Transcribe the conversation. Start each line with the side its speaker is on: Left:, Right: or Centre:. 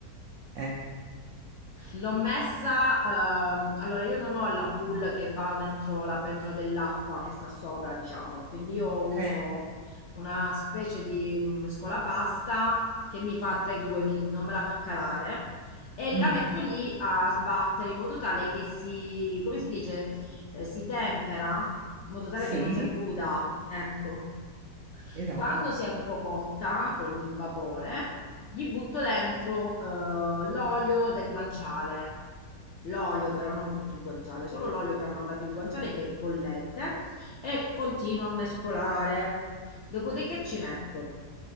Right: eh.
Left: L'ho messa, ehm, allora io non ho la bowl che va dentro la pentola dell'acqua che sta sopra, diciamo, quindi io
Right: Ok,
Left: uso una specie di mescolapasta che mi fa tra i due, mi- non me la fa calare, e
Right: mm,
Left: la metto lì a sbattere in modo tale che si, come si dice, Eh, si tempera, in modo tale
Right: Sì,
Left: che non sia cruda, ecco.
Right: esatto.
Left: Quando si è un po' cotta con il vapore, gli butto dentro eh, l'olio del guanciale. L'olio, però non tutto il guanciale, solo l'olio che ha mandato il guanciale che è bollente e continuo a mescolare. Dopodiché ci metto.